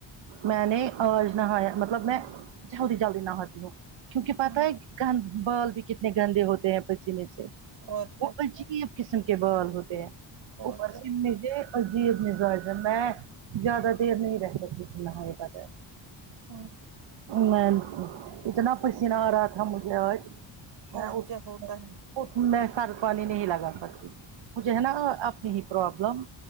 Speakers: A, on the right; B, on the right.
A: میں نے آج نہایا مطلب میں جلدی جلدی نہتی ہوں کیونکہ پتہ
B: ہوں
A: ہے گند بال بھی کتنے گندے ہوتے ہیں پسینے سے
B: اور کیا
A: وہجیب قسم کے بال ہوتے ہیں
B: اور
A: اوپر
B: کیا
A: سے اتنے عجیب مزاج ہے میں زیادہ دیر نہیں رہ سکتی تھی نہاے بگیر
B: ہاں
A: میں اتنا پسینہ آ رہا تھا مجھے آج میں
B: اور
A: اٹھ
B: کیا ہوتا ہے
A: اٹھ میں سر پانی نہیں لگا سکتی مجھے ہے نا اپنی ہی پرابلم